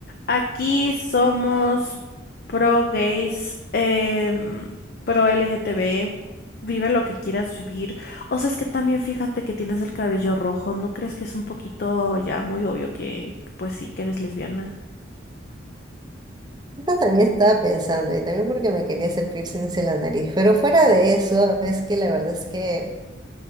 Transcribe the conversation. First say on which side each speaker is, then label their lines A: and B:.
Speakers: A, on the left; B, on the right.
A: Aquí somos pro gays, em, pro LGTB, vive lo que quieras vivir. O sea, es que también fíjate que tienes el cabello rojo, ¿no crees que es un poquito ya muy obvio que, pues sí, que eres lesbiana?
B: Yo también estaba pensando, y también porque me quería hacer piercings en la nariz, pero fuera de eso, es que la verdad es que